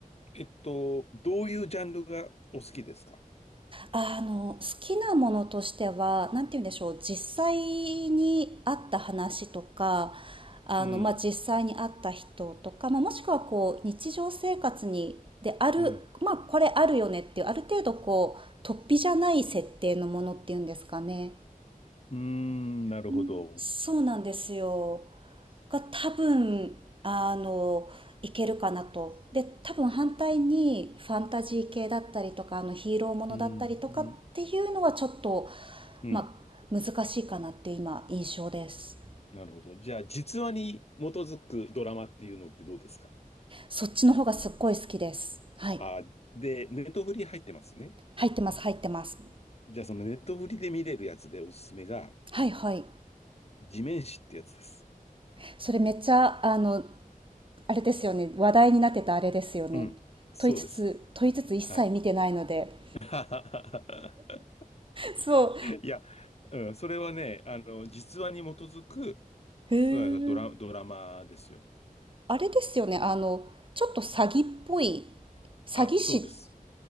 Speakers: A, on the left; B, on the right.
A: えっと、どういうジャンルがお好きですか
B: あの、好きなものとしては、なんて言うんでしょう、実際にあった話とか、あの、
A: うん、
B: まあ、実際にあった人とか、まあ、もしくはこう、日常生活に、である、
A: うん、
B: まあ、これあるよねっていう、ある程度こう、突飛じゃない設定のものっていうんですかね。
A: うーん、なるほど。
B: うんそうなんですよ。が多分、あの、いけるかなと。で、多分反対にファンタジー系だったりとか、あのヒーローものだったりとかっていうのはちょっと、
A: うん、うん、うん、
B: まあ、難しいかなっていう今、印象です。
A: なるほど。じゃあ、実話に基づくドラマっていうのってどうですか
B: そっちの方がすっごい好きです。はい。
A: あー、で、ネットフリ入ってますね。
B: 入ってます、入ってます。
A: じゃあ、そのネットフリで見れるやつでおすすめが、
B: はいはい。
A: 地面師ってやつです。
B: それめっちゃ、あの、あれですよね。話題になってたあれですよね。
A: うん。そうです。
B: 問いつつ、問いつつ一切見てないので。
A: はい。<laughs>
B: そう。
A: いや、うん、それはね、あの、実話に基づく
B: へん
A: うんドラ、ドラマですよ。
B: あれですよね、あの、ちょっと詐欺っぽい、詐欺師。
A: あ、そうです。